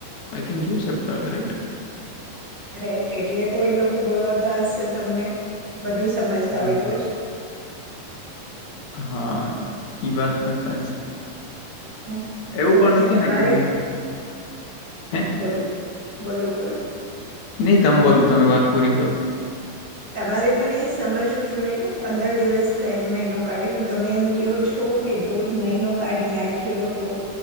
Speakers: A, on the left (about 80°); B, on the right (about 35°).
A: આઈ થિક જોઈ શકતા રાઈટ
B: રાઈટ એટલે તો એ લોકો બોલાવતા હશે તમને બધું સમજતા
A: હમ.
B: હોય તો જ
A: હા એઈ વાત પણ સાચી
B: હ
A: એવું
B: તો
A: પણ
B: પછી
A: નથી
B: તમારે
A: ને કે મીન્સ હે
B: બોલો બોલો બોલો
A: નહી તમ બોલ તમે વાત પૂરી કરો
B: તમારે પણ એ સમજવું જોએ ને પંદર દિવસ કને મહિનો કાઢ્યો તમે એમ કો છો કે દોઢ મહિનો કાઢી નાખ્યો તો